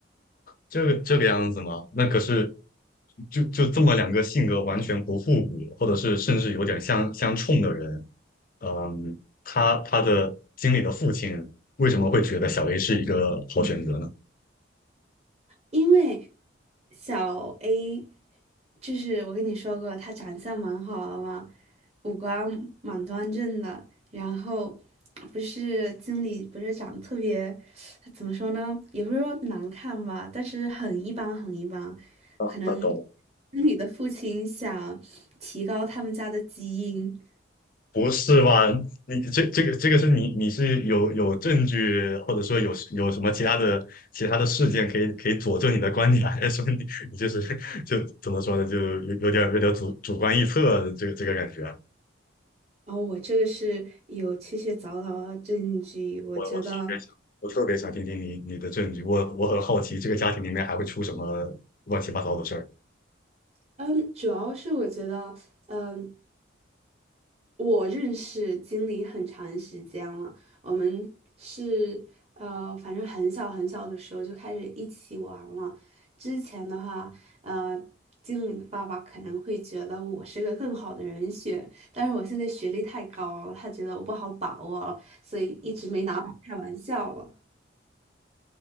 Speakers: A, on the left; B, on the right.
A: 这个这个样子吗？那可是就就这么两个性格完全不互补，或者是甚至有点相相冲的人，嗯，他他的经理的父亲为什么会觉得小 A 是一个好选择呢？
B: 因为小 A，就是我跟你说过，他长相蛮好的嘛，五官蛮端正的，然后不是经理不是长得特别，怎么说呢，也不是说难看吧，但是很一般很一般，
A: 啊，
B: 可能
A: 啊懂了。
B: 经理的父亲想提高他们家的基因。
A: 不是吧？你这这个这个是你你是有有证据，或者说有有什么其他的其他的事件可以可以佐证你的观点，还是说你你就是 <laughs> 就怎么说呢？就有有点有点主主观臆测的这个这个感觉。
B: 哦，我这个是有确切凿凿的证据。我觉得，
A: 我我特别想，我特别想听听你你的证据。我我很好奇，这个家庭里面还会出什么乱七八糟的事儿。
B: 嗯，主要是我觉得，嗯，我认识经理很长时间了，我们是呃，反正很小很小的时候就开始一起玩了。之前的话，呃，经理爸爸可能会觉得我是个更好的人选，但是我现在学历太高了，他觉得我不好把握了所以一直没拿我开玩笑了。